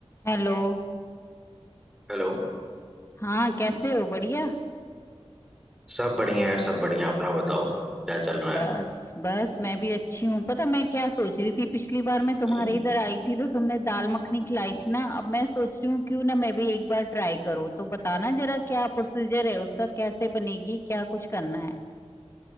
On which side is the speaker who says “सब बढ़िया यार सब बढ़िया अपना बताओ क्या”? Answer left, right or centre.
Centre